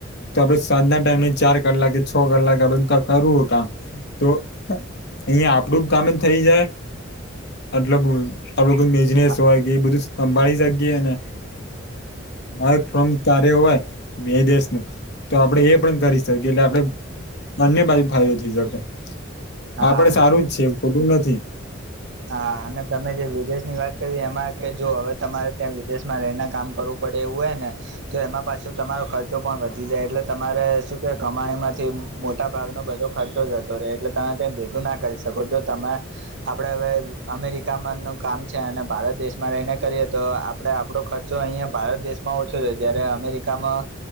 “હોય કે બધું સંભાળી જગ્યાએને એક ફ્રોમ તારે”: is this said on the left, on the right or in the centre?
Left